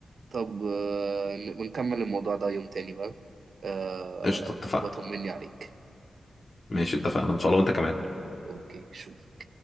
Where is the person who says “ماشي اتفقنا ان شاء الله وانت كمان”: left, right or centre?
Left